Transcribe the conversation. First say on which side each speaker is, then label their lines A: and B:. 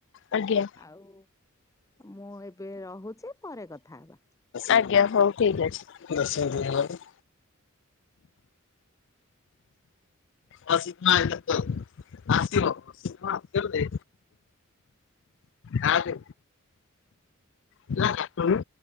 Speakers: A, on the left; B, on the left.
A: ଆଜ୍ଞା।
B: ଆଉ ମୁଁ ଏବେ ରହୁଛି ପରେ କଥା ହବା।
A: ଆଜ୍ଞା ହଉ ଠିକ୍ ଅଛି। ହଁ ସୀମା ଆଇଲେ ତ ଆସିବ ସୀମା ଆସିବ ଯେ। କାଟେ। ତୁ ବା କାଟୁନୁ।